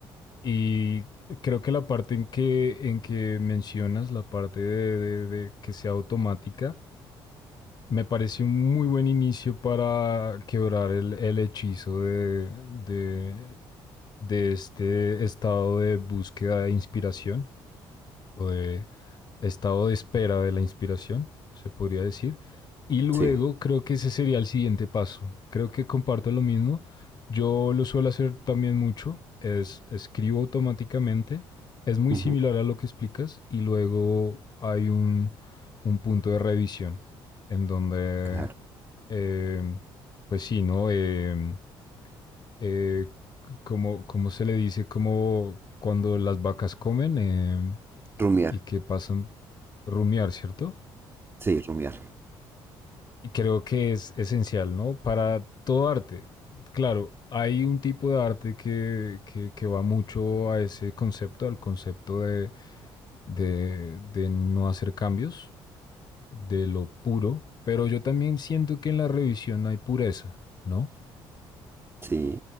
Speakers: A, on the left; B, on the right.
A: y creo que la parte en que, en que mencionas, la parte de, de- de que sea automática, me parece un muy buen inicio para quebrar el, el hechizo de, de, de este estado de búsqueda de inspiración o de estado de espera de la inspiración, se podría decir. Y luego
B: Sí.
A: creo que ese sería el siguiente paso. Creo que comparto lo mismo. Yo lo suelo hacer también mucho. Es escribo automáticamente. Es muy
B: Ujú,
A: similar a lo que explicas. Y luego hay un, un punto de revisión en donde,
B: Claro.
A: eh, pues sí, ¿no? Eh, eh, como, como se le dice, como cuando las vacas comen, eh,
B: Rumiar.
A: y que pasan rumiar, ¿cierto?
B: Sí, rumiar.
A: Y creo que es esencial, ¿no? Para todo arte. Claro, hay un tipo de arte que, que, que va mucho a ese concepto, al concepto de, de, de no hacer cambios, de lo puro, pero yo también siento que en la revisión hay pureza, ¿no?
B: Sí,